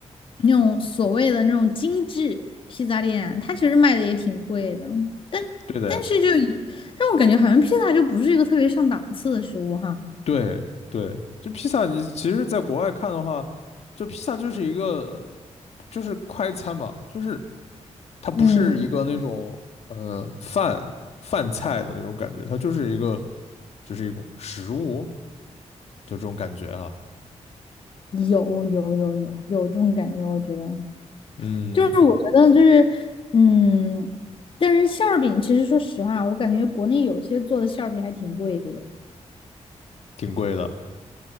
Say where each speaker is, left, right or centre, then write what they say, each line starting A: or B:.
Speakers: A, on the left; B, on the left.
A: 那种所谓的那种精致披萨店，它其实卖的也挺贵的，但但是就以，
B: 对的呀，
A: 但我感觉好像披萨就不是一个特别上档次的食物哈。
B: 对对，就披萨，你其实在国外看的话，就披萨就是一个就是快餐嘛，就是它不是一个那种呃饭饭菜的那种感觉，
A: 嗯，
B: 它就是一个就是一种食物，就这种感觉哈、啊
A: 有有有有有这种感觉，我觉得。
B: 嗯，
A: 就是我觉得就是，嗯，但是馅儿饼其实说实话，我感觉国内有些做的馅儿饼还挺贵的。
B: 挺贵的